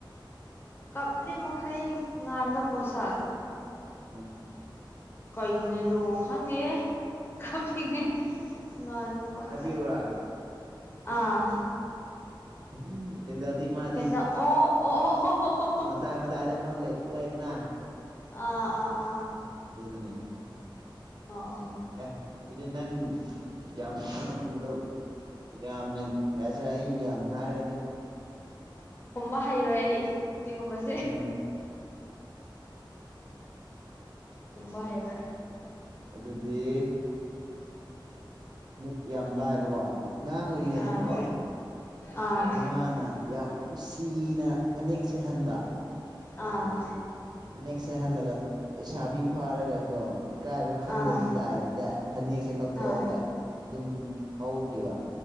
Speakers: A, on the left; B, on the right.
A: ꯀꯞꯂꯤ ꯃꯈꯈꯥꯏ ꯉꯥꯟꯗ ꯄꯣꯁꯥꯛ
B: ꯎꯝ
A: ꯀꯩꯅ‌ꯣꯅꯦ ꯑꯗꯨꯕꯣ ꯈꯥꯡꯗ‌ꯦꯍ‌ꯦ ꯈꯪꯅꯤꯡꯉ‌ꯦ ꯋꯥꯅ ꯄꯣꯁ
B: ꯍꯥꯏꯕꯤꯌꯨꯔꯥ
A: ꯑꯥ
B: ꯎꯝ ꯀꯦꯟꯗꯜꯗꯤ ꯃꯥꯗꯤ
A: ꯀꯦꯟꯗ ꯑꯣ ꯑꯣ ꯑꯣ
B: ꯃꯇꯥꯏ ꯃꯇꯥꯏꯗ ꯑꯃ ꯂꯩ ꯊꯣꯛꯂꯛꯑꯏꯗꯅ
A: ꯑꯥ ꯑꯥ ꯑꯥ ꯑꯥ
B: ꯑꯗꯨꯅꯦ
A: ꯑꯣ ꯑꯣ
B: ꯑ‌ꯦ ꯑꯗꯨꯗꯤ ꯅꯪ ꯌꯥꯝ ꯈꯉꯝꯕꯗ‌ꯣ ꯌꯥꯝꯅ ꯐꯁꯤꯔꯦ ꯑꯩ ꯌꯥꯝ ꯍꯥꯏꯔꯒ ꯅꯪ
A: ꯈꯨꯝꯕ ꯍꯩꯔꯣꯏ ꯑꯩ ꯁꯤꯒꯨꯝꯕꯁꯦ
B: ꯎꯝ
A: ꯑꯣꯝꯕ ꯍꯥꯏꯔ
B: ꯑꯗꯨꯗꯤ ꯑꯃꯨꯛ ꯌꯥꯝ ꯂꯥꯏꯕꯀꯣ ꯑꯉꯥꯡ ꯑꯣꯏꯔꯤꯉꯩꯗꯅꯀꯣ
A: ꯑꯥ ꯑꯥ
B: ꯃꯃꯥꯅ ꯅ ꯌꯥꯝ ꯅꯨꯡꯁꯤꯅ ꯐꯅꯦꯛ ꯁꯦꯍꯟꯕ
A: ꯑꯥ
B: ꯐꯅꯦꯛꯁꯦꯍꯜꯂꯒ ꯂꯩꯁꯥꯕꯤ ꯐꯥꯔꯒ ꯀꯣ ꯏꯀꯥꯏꯕ ꯈꯪꯗꯕꯤ
A: ꯑꯥ
B: ꯇꯥꯏꯗ ꯐꯅꯦꯛꯁꯦ ꯂꯧꯊꯣꯛꯑꯒ
A: ꯑꯥ
B: ꯑꯗꯨꯝ ꯍꯧꯈꯤꯕ